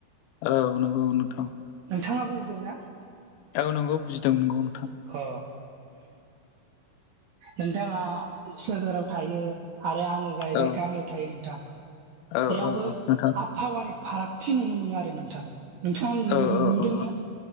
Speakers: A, on the left; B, on the right.
A: औ नंगौ नोंथां
B: नोंथाङा बुजिदों ना?
A: औ नंगौ बुजिदों नंगौ नोंथां।
B: ओ नोंथाङा सोहोराव थायो आरो आङो जाहैबाय
A: औ
B: गामियाव थायो नोंथां
A: औ
B: बेयावबो
A: औ औ नोंथां
B: आबहावानि फारागथि नुनो मोनो आरो नोंथां नोंथाङा नु-नुदोंना?
A: औ औ औ